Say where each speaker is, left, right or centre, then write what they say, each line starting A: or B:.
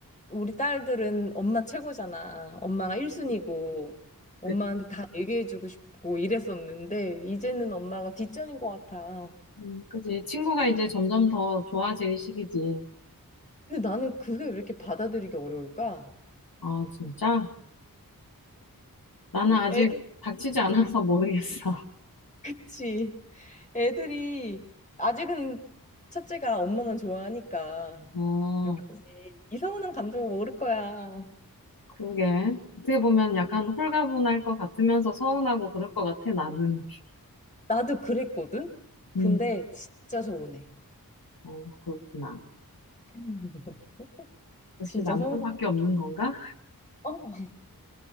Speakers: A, on the left; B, on the left.
A: 우리 딸들은 엄마 최고잖아. 엄마가 1순위고 엄마한테
B: 그,
A: 다 얘기해주고 싶고 이랬었는데 이제는 엄마가 뒷전인 것 같아.
B: 음, 그지. 친구가 이제 점점 더 좋아질 시기지.
A: 근데 나는 그게 왜 이렇게 받아들이기 어려울까?
B: 아, 진짜? 나는 음. 아직
A: 애들,
B: 닥치지 않아서
A: <laughs>
B: 모르겠어.
A: 그치. 애들이 아직은 첫째가 엄마만 좋아하니까
B: 어,
A: 뭐 이상한 감정을 모를 거야.
B: 그러게. 어떻게 보면 약간 홀가분할 것 같으면서 서운하고 그럴 것 같아, 나는.
A: 나도 그랬거든? 근데
B: 음,
A: 진짜 서운해.
B: 어, 그렇구나.
A: <laughs>
B: 역시
A: 진짜
B: 남편밖에
A: 서운하다.
B: 없는 건가?
A: 어?